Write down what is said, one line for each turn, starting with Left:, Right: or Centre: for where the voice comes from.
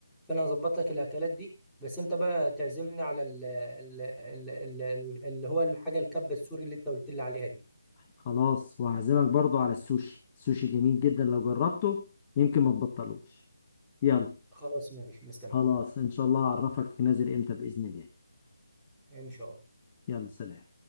Centre: فانا هظبط لك الاكلات دي بس انت بقى تعزمني على ال... ال... ال... ال... اللي هو الحاجه الكبه السوري اللي انت قلت لي عليها دي
Left: خلاص وهعزمك برضو على السوشي السوشي جميل جدا لو جربته يمكن ما تبطلوش يلا
Centre: خلاص ماشي مستنيك
Left: خلاص إن شاء الله أعرفك نازل إمتى بإذن الله
Centre: ان شاء الله
Left: يلا سلام